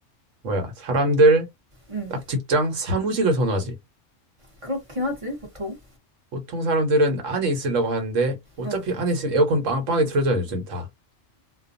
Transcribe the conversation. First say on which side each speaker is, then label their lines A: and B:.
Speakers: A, on the right; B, on the right.
A: 뭐야 사람들
B: 응.
A: 딱 직장 사무직을 선호하지.
B: 그렇긴 하지, 보통.
A: 보통 사람들은 안에 있으려고 하는데 어차피
B: 응.
A: 안에 있으면 에어컨 빵빵히 틀어져요, 요즘 다.